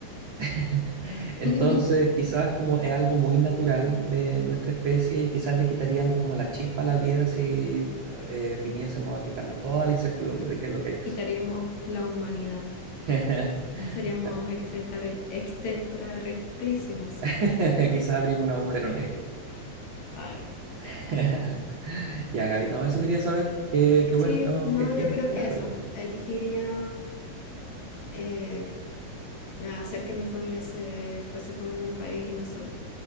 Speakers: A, on the right; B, on the left.
A: <laughs> Entonces,
B: <laughs>
A: quizás como es algo muy natural de nuestra especie y quizás le quitaríamos como la chispa a la vida si eh, viniésemos a quitarnos toda la incertidumbre de qué es lo que hay que
B: Quitaríamos
A: hacer.
B: la humanidad.
A: <laughs>
B: Seríamos
A: Claro.
B: extraterre- extraterrestrísimos.
A: <laughs> Quizás abrimos un agujero negro.
B: Ay.
A: <laughs> Ya, Gaby, no, eso quería saber. Qué, qué
B: Sí,
A: bueno, no,
B: no,
A: que tienes
B: yo creo
A: claro
B: que eso.
A: igual.
B: Elegiría eh, hacer que mi familia se fuese conmigo al país y no sola.